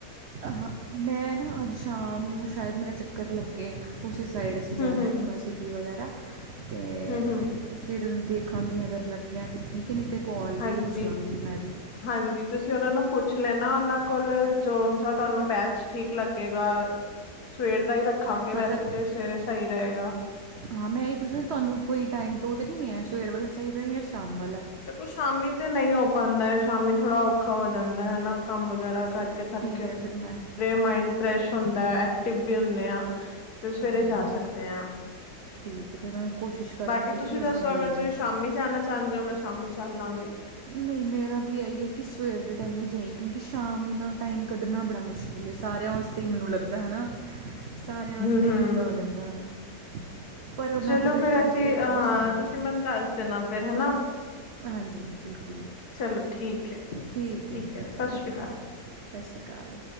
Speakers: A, on the right; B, on the left.
A: ਅਹਾਂ ਮੈਂ ਨਾ ਅੱਜ ਸ਼ਾਮ ਨੂੰ ਸ਼ਾਇਦ ਮੇਰਾ ਚੱਕਰ ਲੱਗੇ ਉਸੇ ਸਾਈਡ ਅਸੀਂ ਜਾਣਾ
B: ਹਮ ਹਮ
A: ਥੋੜ੍ਹਾ ਅਸੀਂ ਦੀ ਵਗੈਰਾ ਤੇ
B: ਹਮ ਹਮ
A: ਫਿਰ ਦੇਖਾਂਗੀ ਅਗਰ ਲੱਗਿਆ ਤੇ ਠੀਕ ਹੈ ਨਹੀਂ ਤੇ ਕੋਲ
B: ਹਾਂਜੀ
A: 'ਤੇ ਹੀ ਪੁੱਛ ਲਾਂਗੀ ਮੈਂ ਵੀ
B: ਹਾਂਜੀ ਤੁਸੀਂ ਉਹਨਾਂ ਨੂੰ ਪੁੱਛ ਲੈਨਾ ਉਹਨਾਂ ਕੋਲ ਜੋਨਸਾ ਤੁਹਾਨੂੰ ਬੈਚ ਠੀਕ ਲੱਗੇਗਾ ਸਵੇਰ ਦਾ ਹੀ ਰੱਖਾਂਗੇ
A: ਮਤਲਬ
B: ਵੈਸੇ ਤੇ ਸਵੇਰੇ ਸਹੀ ਰਹੇਗਾ
A: ਹਾਂ ਮੈਂ ਇਹੀ ਪੁੱਛਣਾ ਤੁਹਾਨੂੰ ਕੋਈ ਟਾਈਮ ਤੋਂ ਤਾਂ ਨਹੀਂ ਹੈ ਸਵੇਰ ਵਾਲਾ ਚਾਹੀਦਾ ਯਾ ਸ਼ਾਮ ਵਾਲਾ
B: ਦੇਖੋ ਸ਼ਾਮੀ ਤੇ ਨਹੀਂ ਹੋ ਪਾਉਦਾ ਸ਼ਾਮੀ ਥੋੜ੍ਹਾ ਔਖਾ ਹੋ ਜਾਂਦਾ ਹਨਾ ਕੰਮ ਵਗੈਰਾ
A: ਚਲੋ
B: ਕਰਕੇ ਥੱਕ
A: ਠੀਕ ਹੈ ਫਿਰ ਮੈਂ
B: ਮਾਇੰਡ ਫਰੈਸ਼ ਹੁੰਦਾ ਐਕਟਿਵ ਵੀ ਹੁੰਦੇ ਆ ਤੇ ਸਵੇਰੇ
A: ਹਾਂ
B: ਜਾ ਸਕਦੇ ਆਂ
A: ਠੀਕ ਹੈ ਫਿਰ ਮੈਂ ਕੋਸ਼ਿਸ਼ ਕਰਾਂਗੀ
B: ਬਾਕੀ ਤੁਸੀਂ
A: ਕਿ
B: ਦੱਸੋ
A: ਉਹਨਾਂ ਨੂੰ ਬੋਲਾਂਗੀ
B: ਅਗਰ ਤੁਸੀਂ ਸ਼ਾਮੀ ਜਾਣਾ ਚਾਹੁੰਦੇ ਹੋ ਮੈਂ ਸ਼ਾਮੀ ਚੱਲ ਲਾਂਗੀ
A: ਨਹੀਂ ਮੇਰਾ ਵੀ ਇਹੀ ਹੈ ਕਿ ਸਵੇਰ ਦੇ ਟਾਈਮ ਹੀ ਜਾਈ ਕਿਉਂਕਿ ਸ਼ਾਮ ਨੂੰ ਨਾ ਟਾਈਮ ਕੱਢਣਾ ਬੜਾ ਮੁਸ਼ਕਿਲ ਹੈ ਸਾਰਿਆਂ ਵ ਹੀ ਮੈਨੂੰ ਲੱਗਦਾ ਹੈ ਨਾ ਸਾਰਿਆਂ ਵਾਸਤੇ
B: ਹਮ ਹਮ
A: ਹਿੱਸਰ ਹੋ ਜਾਂਦਾ ਹੋਨਾ ਪਰ ਉਹਨਾਂ
B: ਚਲੋ
A: ਕੋਲੋਂ
B: ਫੇਰ
A: ਇੱਕ ਵਾਰੀ
B: ਅਸੀਂ
A: ਫਿਰ
B: ਹਾਂ
A: ਪੁੱਛ ਲਾਂਗੇ
B: ਤੁਸੀਂ ਮੈਨੂੰ ਦੱਸ ਦੇਣਾ ਫੇਰ ਹਨਾ
A: ਹਾਂਜੀ ਬਿਲਕੁਲ
B: ਚਲੋ ਠੀਕ ਹੈ
A: ਠੀਕ ਹੈ ਠੀਕ
B: ਸਤਿ
A: ਓਕੇ
B: ਸ੍ਰੀ ਅਕਾਲ
A: ਸ ਸੀ ਕਾਲ